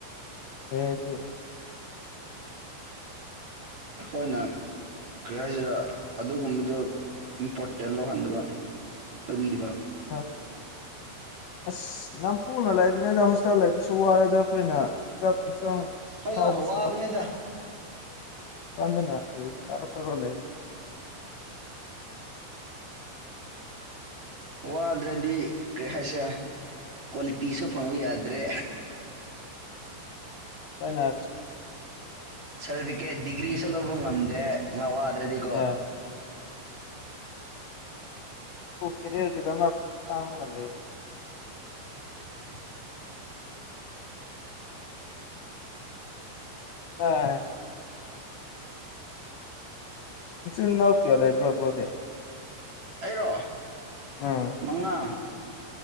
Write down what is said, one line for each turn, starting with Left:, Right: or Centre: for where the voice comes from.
Left: ꯂꯩ ꯑꯗꯨ
Right: ꯈꯣꯏꯅ ꯀꯔꯤ ꯍꯥꯏꯁꯤꯔ ꯑꯗꯨꯒꯨꯝꯕꯗꯨ ꯏꯝꯄꯣꯔꯇꯦꯟ ꯂꯧꯍꯟꯗꯕ ꯂꯧꯕꯤꯗꯕ
Left: ꯍꯣꯏ ꯑꯁ ꯅꯝꯐꯨꯅ ꯂꯩꯗꯅꯤꯗ ꯍꯣꯁꯇꯦꯜ ꯂꯩꯕꯁꯨ ꯋꯥꯔꯦꯗ ꯑꯩꯈꯣꯏꯅ ꯆ
Right: ꯍꯣꯏꯗ
Left: ꯍꯥꯎꯕꯨꯁꯨꯣ
Right: ꯋꯥꯕꯅꯤꯗ
Left: ꯄꯥꯟꯗꯅ ꯂꯒ ꯈꯔꯣ ꯂꯩꯃꯦ
Right: ꯋꯥꯗ꯭ꯔꯗꯤ ꯀꯩ ꯍꯥꯏꯁꯦ ꯀꯣꯂ ꯇꯤꯁꯨꯣ ꯐꯪꯉꯨꯗ꯭ꯔꯦ
Left: ꯀꯥꯏꯅ
Right: ꯁꯜꯕꯤꯀꯦ ꯗꯤꯒ꯭ꯔꯤ ꯁꯂꯕ ꯉꯝꯗꯦ ꯉ ꯋꯥꯗ꯭ꯔꯗꯤꯒꯣ
Left: ꯑꯥ ꯀꯦꯔꯤꯔ ꯀꯗ ꯈꯥꯗꯗ
Right: <unintelligible>
Left: ꯑ ꯏꯆꯤꯟꯜꯅꯥꯎ ꯀꯌꯥ ꯂꯩꯕ꯭ꯔꯣ ꯕ꯭ꯔꯣꯗꯦ
Right: ꯑꯩꯔꯣ
Left: ꯎꯝ
Right: ꯃꯉꯥ